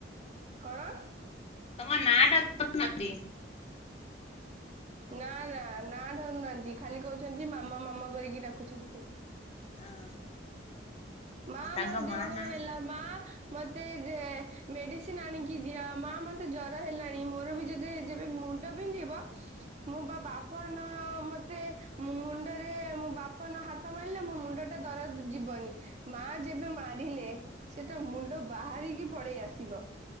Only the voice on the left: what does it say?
ତମ ନାଁ ଟା ଧରୁ ନାହାନ୍ତି।
ହଁ।
ତାଙ୍କ
ମା
ନା